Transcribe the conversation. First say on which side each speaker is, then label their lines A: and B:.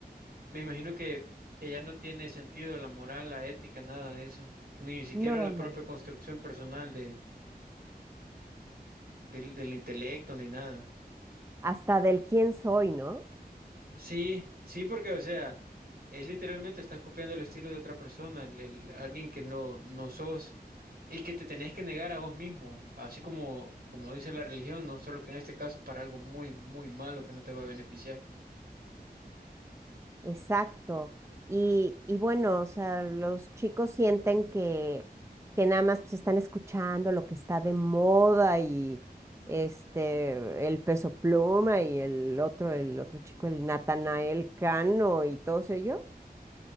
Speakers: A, on the right (about 70°); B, on the right (about 15°).
A: me imagino que, que ya no tiene sentido la moral, la ética, nada de eso. Ni siquiera
B: No,
A: la propia construcción personal de, del, del intelecto, ni nada.
B: hasta del quién soy, ¿no?
A: Sí, sí, porque, o sea, es literalmente estás copiando el estilo de otra persona, el- el- alguien que no, no sos y que te tenés que negar a vos mismo, así como, como dice la religión, no solo que en este caso para algo muy, muy malo que no te va a beneficiar.
B: Exacto. Y, y bueno, o sea, los chicos sienten que, que nada más pues están escuchando lo que está de moda y este, el Peso Pluma y el otro, el otro chico, el Natanael Cano y todos ellos.